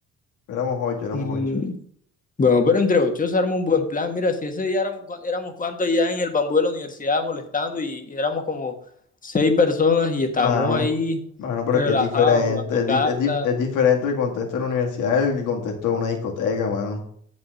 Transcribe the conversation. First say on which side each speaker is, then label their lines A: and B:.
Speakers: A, on the left; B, on the left.
A: Éramos ocho, éramos
B: Mm,
A: ocho.
B: Bueno, pero entre ocho se arma un buen plan. Mira, si ese día éramos, cua- éramos cuantos allá en el bambú de la universidad molestando y, y éramos como seis personas y estábamos
A: Mano,
B: ahí
A: mano, pero
B: relajados
A: es que es diferente.
B: jugando
A: Es,
B: cartas.
A: dif- es dif- es diferente el contexto de la universidad, el contexto de una discoteca, mano.